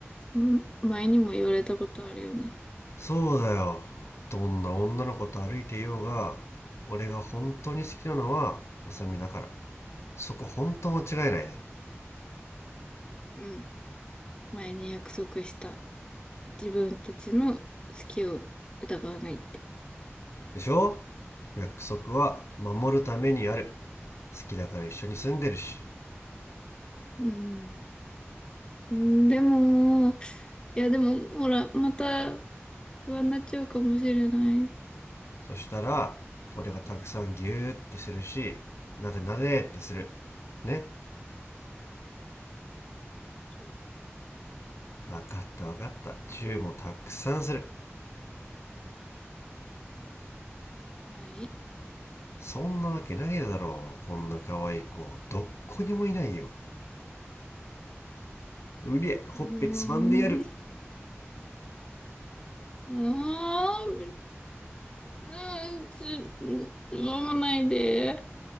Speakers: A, on the left (about 20°); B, on the left (about 70°).
A: うん前にも言われたことあるよね。
B: そうだよ。どんな女の子と歩いていようが、俺が本当に好きなのは、麻美だから。そこ本当間違いないね
A: うん。前に約束した。自分たちの好きを疑わないって。
B: ででしょ約束は守るためにある。好きだから一緒に住んでるし
A: うん。うんでも、いやでも、ほら、また不安になっちゃうかもしれない。うん
B: そしたら俺がたくさんギューってするしなでなでってするね
A: チューは
B: わかったわかったチューもたくさんする
A: えし、したくない
B: そんなわけないだろうこんな可愛い子どっこにもいないようりゃほっぺつまんでやる
A: うーん。もう、うん、ちょ、ちょ飲まないで。